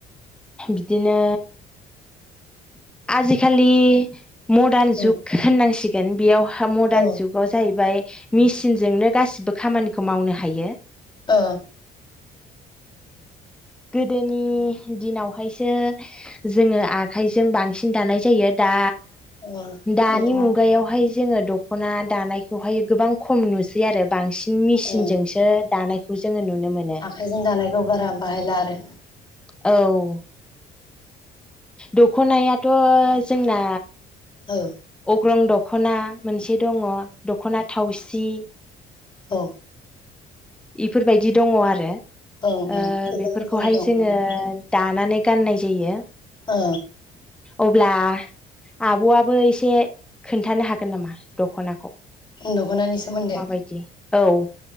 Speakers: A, in the centre; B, on the left (about 30°).
A: बिदिनो आजिखालि मदार्न
B: ओं
A: जुग होननांसिग बेगेन बियावह हा मदार्न
B: औ
A: जुगाव जाहैबाय मिसिनजोंनो गासिबो खामानिखौ मावनो हायो।
B: ओ
A: गोदोनि दिनाव हायसो जोङो आखाइजों बांसिन दानाय जायो दा
B: अ
A: दानि
B: दा
A: मुगायावहाय जोङो दखना दानायखौहाय गोबां खम नुस सै आरो बांसिन मिसिनजोंसो
B: ओं
A: दानायखौ जोङो नुनो मोनो।
B: आखाइजों दानायखौ बारा बाहायला आरो
A: औ दखनायाथ' जोंना
B: हो
A: अग्रं दखना मोनसे दङ दखना थावसि
B: अ
A: इफोरबायदि दङ आरो ओ
B: ओं ओं गोबां
A: बेफोरखौहाय
B: रोखोमनि दं
A: जोङो
B: माने
A: दानानै गाननाय जायो
B: ओ
A: अब्ला आब'आबो एसे खोन्थानो हागोन नामा? दख'नाखौ
B: दख'नानि सोमोन्दै
A: माबायदि औ